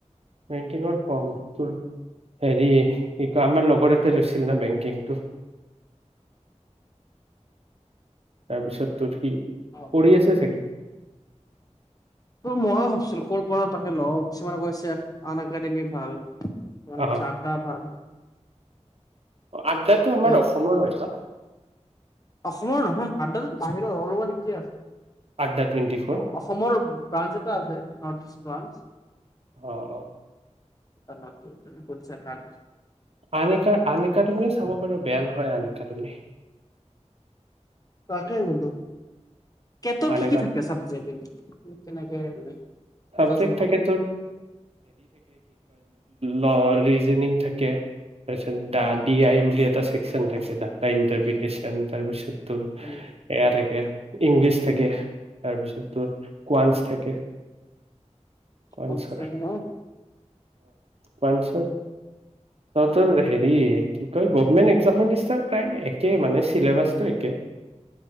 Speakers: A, on the right (about 55°); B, on the left (about 30°).
A: বেংকিঙৰ কম, তোৰ হেৰি কি কয় আমাৰ লগৰ এটাই লৈছিল ন বেংকিংটো। তাৰপিছত তোৰ সি
B: অ
A: পঢ়ি আছে চাগে
B: তই মইো ভাবছিলো <unintelligible> ক'ৰ পৰা তাকে লওঁ কিছুমানে কৈছে আন একাডেমি ভাল কিছুমানে
A: অ
B: কৈছে আড্ডা ভাল
A: আড্ডাটো
B: এতিয়া
A: আমাৰ অসমৰ হয় ন
B: অসমৰ নহয় সাদ্ৰো বাহিৰত অলপমান একে আছে <unintelligible>
A: আড্ডা টুৱেণ্টি ফ'ৰ
B: অসমৰ ব্ৰাঞ্চ এটা আছে নৰ্থ ইষ্ট ব্ৰাঞ্চ
A: আহ অহ
B: চ <unintelligible>
A: আনিকা আনিকা তুমি চাব পাৰা বেয়া নহয় হয় আনেকা তুমি
B: তাকে বলো কেটৰ
A: আন
B: কি
A: একা
B: কি থাকে চাবজেক এনে? কেনেকে মানে
A: চাবজেক্ট
B: বুজাচোন
A: থাকে
B: লগ
A: তোৰ ন ৰিজনিং থাকে, তাৰপিছত ডা ডি আই বুলি এটা ছেকচন থাকে ডাতা ইন্টাৰভিউ চেকচন তাৰপিছত
B: উম,
A: এয়া থাকে ইংলিছ থাকে তাৰপিছতো কোৱানছ থাকে কোৱানছৰ
B: পঞ্চাক ন <unintelligible>
A: প ছ <unintelligible> তহঁতৰ হেৰি কি কয় গভমেণ্ট একজামৰ নিচনা প্ৰায় একে মানে চিলেবাছটো একে